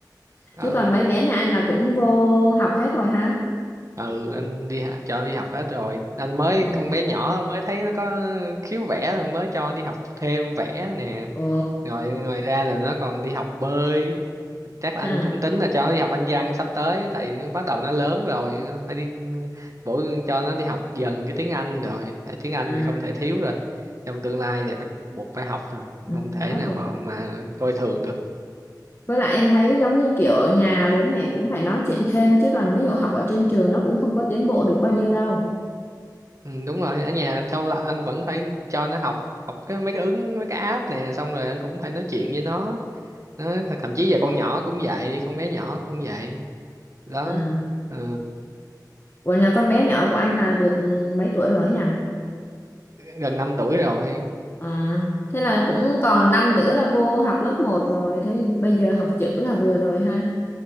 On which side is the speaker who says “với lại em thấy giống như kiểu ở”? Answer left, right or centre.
Left